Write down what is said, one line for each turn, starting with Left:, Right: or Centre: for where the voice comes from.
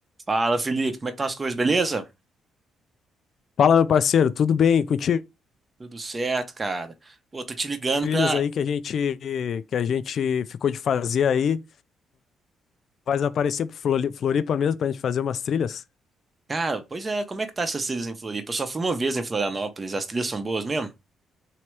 Right: Fala, Felipe, como é que estão as coisas, beleza?
Left: Fala, meu parceiro, tudo bem? Contigo,
Right: Tudo certo, cara. Pô, tô te ligando
Left: trilhas
Right: pra.
Left: aí que a gente que a gente ficou de fazer aí, vai aparecer pro Flori- Floripa mesmo pra gente fazer umas trilhas?
Right: Cara, pois é, como é que tá essas trilhas em Floripa? Eu só fui uma vez em Florianópolis, as trilhas são boas mesmo?